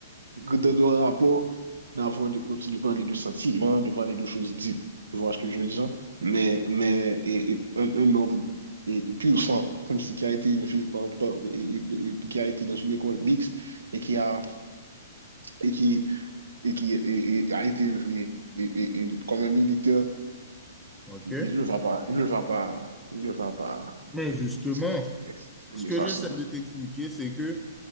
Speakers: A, on the right (about 80°); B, in the centre.
A: dans le rapport, d'avoir, de, de parler de sentiments, de parler de choses deep. Tu vois ce que je veux dire? Mais, mais et, et, un, un, homme et, et pur sang, comme si qui a été élevé par, par- et, et- et qui a été dans une école mixte et qui a, et qui, et qui et- et a été élevé et, et- et comme un militaire,
B: OK.
A: il ne va pas, il ne va pas, il ne va pas
B: Mais justement,
A: s'exprimer s'exprimer
B: ce que
A: facilement.
B: j'essaie de t'expliquer, c'est que